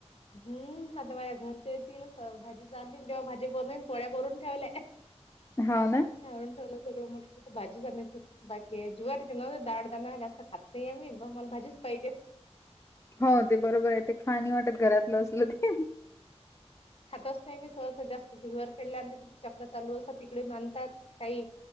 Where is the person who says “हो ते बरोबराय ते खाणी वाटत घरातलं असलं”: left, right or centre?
Left